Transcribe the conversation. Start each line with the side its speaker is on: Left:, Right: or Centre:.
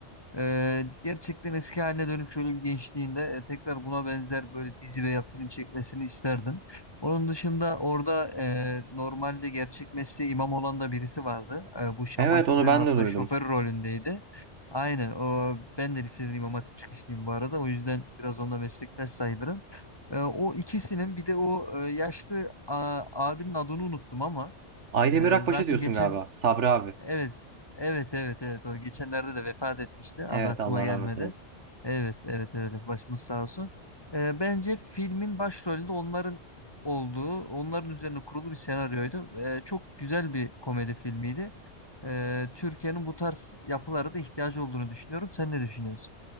Left: Ee, gerçekten eski haline dönüp şöyle bir gençliğinde e, tekrar buna benzer böyle dizi veya film çekmesini isterdim. Onun dışında orada e, normalde gerçek mesleği imam olan da birisi vardı. E, bu Şafak
Right: Evet
Left: Sezer'in
Right: onu ben
Left: hatta
Right: de duydum.
Left: şoför rolündeydi. Aynen o, ben de liseden İmam Hatip çıkışlıyım bu arada. O yüzden biraz onda meslektaş sayılırım. E, o ikisinin bir de o e, yaşlı a- abinin adını unuttum ama
Right: Aydemir
Left: e,
Right: Akbaş'ı
Left: zaten
Right: diyorsun
Left: geçen
Right: galiba. Sabri abi.
Left: Evet, evet, evet, evet. O geçenlerde de vefat etmişti. Adı
Right: Evet
Left: aklıma
Right: Allah
Left: gelmedi.
Right: rahmet eylesin.
Left: Evet, evet öyle. Başımız sağ olsun. Ee, bence filmin başrolünde onların olduğu, onların üzerine kurulu bir senaryoydu. Ee, çok güzel bir komedi filmiydi. Ee, Türkiye'nin bu tarz yapılara da ihtiyacı olduğunu düşünüyorum. Sen ne düşünüyorsun?